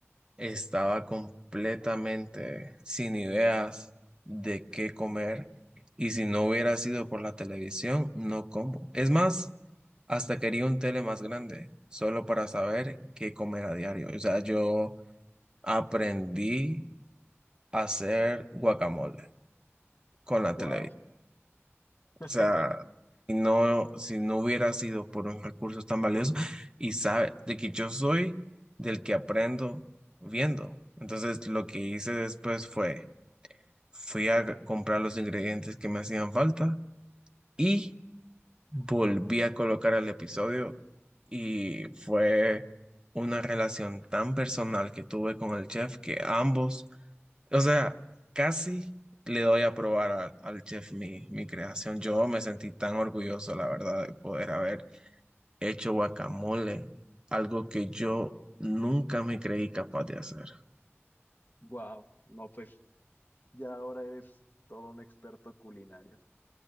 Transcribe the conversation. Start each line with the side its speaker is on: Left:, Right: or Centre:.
Right: estaba completamente sin ideas de qué comer y si no hubiera sido por la televisión, no como. Es más, hasta quería un tele más grande, solo para saber qué comer a diario. O sea, yo... aprendí a hacer guacamole con la
Left: Wow.
Right: televisión.
Left: <laughs>
Right: O sea, y no, si no hubiera sido por un recurso tan valioso, y sabe, de que yo soy del que aprendo viendo. Entonces, lo que hice después fue, fui a comprar los ingredientes que me hacían falta y volví a colocar el episodio y fue una relación tan personal que tuve con el chef que ambos O sea, casi le doy a probar al, al chef mi, mi creación. Yo me sentí tan orgulloso, la verdad, de poder haber hecho guacamole, algo que yo nunca me creí capaz de hacer.
Left: Wow. No, pues ya ahora eres todo un experto culinario.